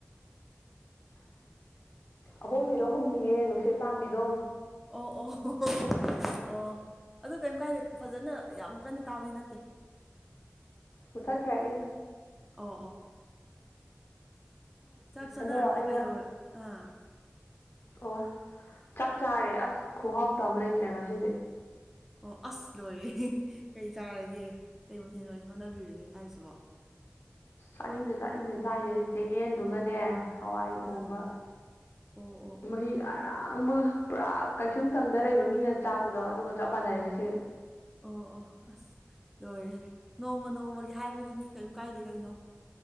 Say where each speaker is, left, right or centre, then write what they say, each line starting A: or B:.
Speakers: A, on the left; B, in the centre.
A: ꯑꯍꯣꯕꯤꯗꯣ ꯍꯨꯝꯅꯤꯌꯦ ꯅꯨꯡꯁꯤꯠ ꯄꯥꯟꯕꯤꯗꯣ
B: ꯑꯣ ꯑꯣ ꯑꯣ ꯑꯣ ꯑꯣ ꯑꯗꯨ ꯀꯩꯝ ꯀꯥꯏꯗꯦ ꯐꯖꯅ ꯌꯥꯝ ꯀꯟꯅ ꯇꯥꯕꯗꯤ ꯅꯠꯇꯦ
A: ꯃꯨꯊꯠꯈ꯭ꯔꯦ ꯑꯩꯅ
B: ꯑꯣ ꯑꯣ ꯆꯥꯛ ꯆꯥꯅꯔꯕꯣ
A: ꯑꯗꯣ ꯑꯩꯅ
B: ꯀꯩꯗꯧꯔ ꯑꯥ
A: ꯑꯣ ꯆꯥꯛ ꯆꯥꯔꯦ ꯑꯁ ꯈꯨꯍꯥꯎꯇ ꯑꯃ ꯂꯩꯇ꯭ꯔꯦ ꯉꯁꯤꯗꯤ
B: ꯑꯣ ꯑꯁ ꯂꯣꯏꯔꯦ ꯀꯩ ꯆꯥꯔꯒꯦ ꯀꯩ ꯃꯊꯦꯜꯗ ꯑꯣꯏꯅ ꯍꯣꯠꯅꯕꯤꯔꯒꯦ ꯍꯥꯏꯔꯤꯁꯤꯕꯣ
A: ꯆꯥꯅꯤꯡꯗ ꯆꯥꯅꯤꯡꯗ ꯆꯥꯏꯅꯦꯩ ꯆꯦꯡꯌꯦꯟꯗꯨꯒꯅꯦ ꯍꯋꯥꯏ ꯊꯣꯡꯕ
B: ꯑꯥ ꯑꯣ ꯑꯣ ꯑꯣ
A: ꯃꯍꯤ ꯑꯔꯥꯡꯕꯒ ꯄꯨꯔꯥ ꯀꯩꯁꯨꯝ ꯁꯪꯗ ꯂꯩꯕ ꯃꯤꯅ ꯆꯥꯕꯗꯣ ꯑꯗꯨꯒ ꯆꯞ ꯃꯥꯟꯅꯔꯦ ꯉꯁꯤꯁꯦ
B: ꯑꯣ ꯑꯣ ꯑꯁ ꯂꯣꯏꯔꯦꯍꯦ ꯅꯣꯡꯃ ꯅꯣꯡꯃꯒꯤ ꯍꯥꯏꯕꯗꯨꯅꯤ ꯀꯔꯤꯝ ꯀꯥꯏꯗꯦ ꯀꯩꯅꯣ